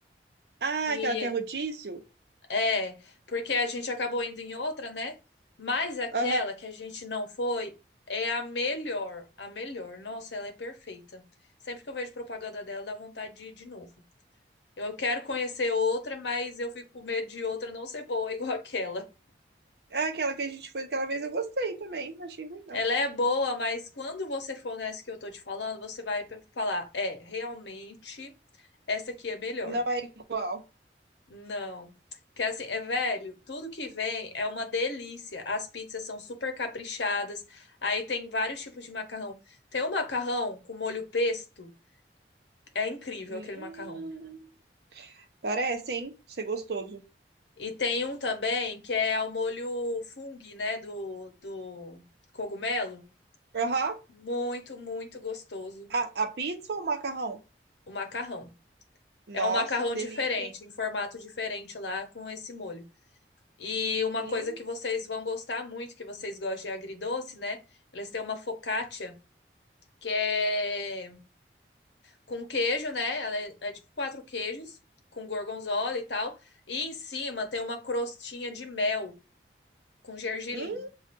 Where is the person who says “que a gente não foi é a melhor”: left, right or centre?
Left